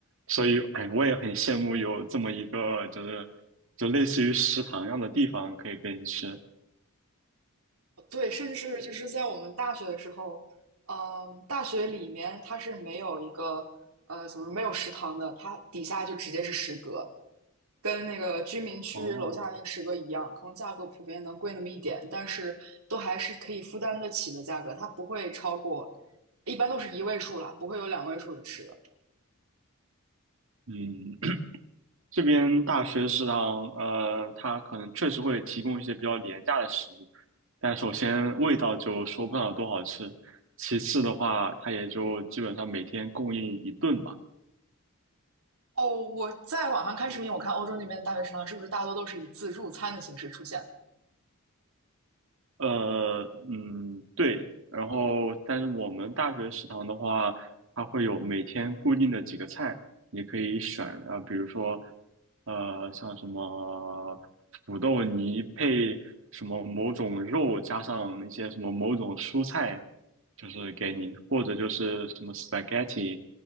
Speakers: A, on the right (about 60°); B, on the right (about 80°).
A: 所以哎，我也很羡慕有这么一个就是就类似于食堂一样的地方可以给你吃。
B: 对，甚至就是在我们大学的时候，嗯，大学里面它是没有一个呃，怎么说没有食堂的，它底下就直接是食阁。跟那个居民区楼下那个食阁一样，
A: 哦，
B: 可能价格普遍能贵那么一点，但是都还是可以负担得起的价格，它不会超过，一般都是一位数了，不会有两位数的吃的。
A: 嗯，这边大学食堂，呃，它可能确实会提供一些比较廉价的食物，但首先味道就说不上有多好吃，其次的话，它也就基本上每天供应一顿吧。
B: 哦，我在网上看视频，我看欧洲那边的大学食堂是不是大多都是以自助餐的形式出现
A: 呃，嗯，对。然后，但是我们大学食堂的话，它会有每天固定的几个菜，你可以选啊，呃比如说，呃，像什么土豆泥配什么某种肉，加上一些什么某种蔬菜，就是给你，或者就是什么 spaghetti，